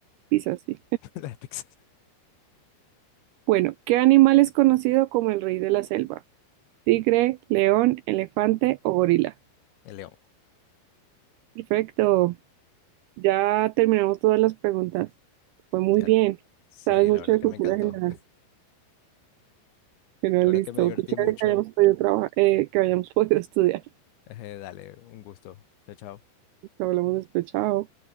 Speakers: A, on the right; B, on the left.
A: Pisa, sí.
B: <laughs> La de Pizza.
A: Bueno, ¿qué animal es conocido como el rey de la selva? Tigre, león, elefante o gorila.
B: El león.
A: Perfecto. Ya terminamos todas las preguntas. Fue muy
B: Ya.
A: bien.
B: Sí,
A: Sabes mucho
B: la verdad
A: de
B: que
A: cultura
B: me encantó.
A: general. Bueno,
B: La
A: listo.
B: verdad que me divertí
A: Qué chévere
B: mucho.
A: que hayamos podido trabajar, eh, que hayamos <laughs> podido estudiar.
B: Eh, dale, un gusto. Chao, chao.
A: Hablamos después. Chao.